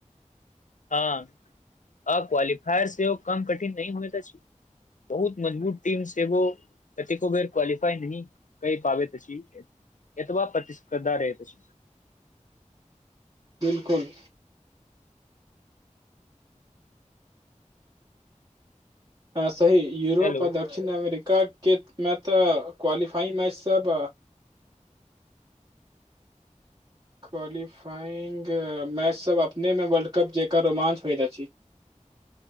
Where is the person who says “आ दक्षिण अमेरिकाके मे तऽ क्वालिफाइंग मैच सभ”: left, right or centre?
Right